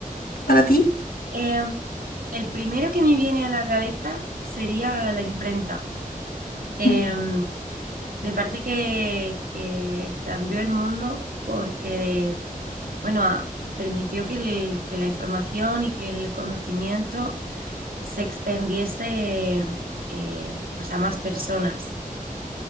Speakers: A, on the left (about 85°); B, on the right (about 85°).
A: para ti?
B: Em, el primero que me viene a la cabeza sería la imprenta. Em,
A: Mm,
B: me parece que, que cambió el mundo porque, bueno, a- permitió que, el- que la información y que el conocimiento se extendiese eh, pues a más personas.